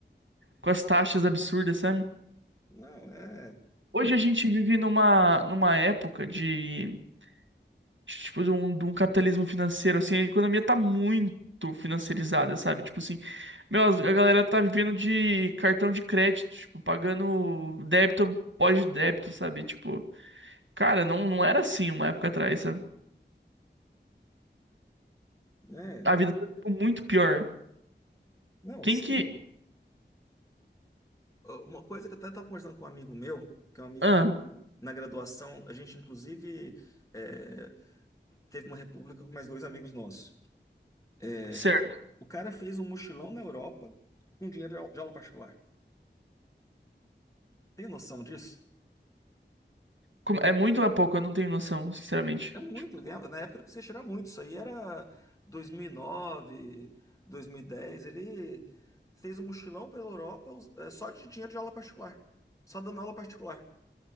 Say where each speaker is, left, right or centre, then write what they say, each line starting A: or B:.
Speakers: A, on the right; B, on the left.
A: com as taxas absurdas, sabe?
B: Não, é,
A: Hoje a gente vive numa, numa época de, tipo, de um, de um capitalismo financeiro, assim, a economia tá muito financiarizada, sabe? Tipo assim, meu, as- a galera tá vivendo de cartão de crédito, tipo, pagando débito pós-débito, sabe? Tipo, cara, não, não era assim uma época atrás, sabe?
B: é,
A: A vida tá, tipo, muito pior.
B: não,
A: Quem
B: sim.
A: que...
B: ah, uma coisa que eu até estava conversando com um amigo meu, que é um amigo
A: Ah,
B: que, na graduação, a gente inclusive é, teve uma república com mais dois amigos nossos. É,
A: certo.
B: o cara fez um mochilão na Europa com dinheiro de au- de aula particular. Tem noção disso?
A: Como- É muito ou é pouco? Eu não tenho noção, sinceramente.
B: É, é muito,
A: Tipo,
B: né? Na época ele precisava tirar muito. Isso aí era 2009, 2010. Ele fez um mochilão pela Europa us- é, só de dinheiro de aula particular, só dando aula particular.